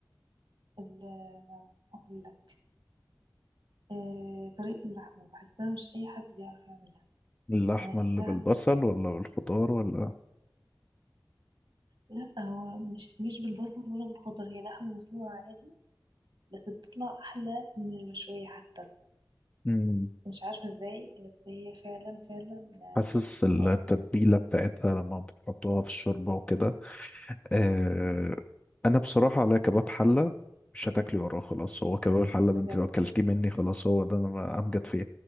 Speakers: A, on the right; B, on the left.
A: ال هقول لك آه، طريقة اللحمة بحسها مش أي حد بيعرف يعملها
B: اللحمه
A: يعني أكلتها
B: اللي بالبصل ولا بالخضار ولا
A: لا هو مش مش بالبصل ولا بالخضر هي لحمة مسلوقة عادي بس بتطلع أحلى من المشوية حتى
B: مم.
A: مش عارفة ازاي بس هي فعلا فعلا
B: حاسس التتبيله
A: عز
B: بتاعتها لما بتحطوها في الشوربه وكده آه انا بصراحه على كباب حله مش هتاكلي وراه خلاص هو كباب الحله ده
A: بجد
B: انت لو اكلتيه مني خلاص هو ده انا ما- امجد فين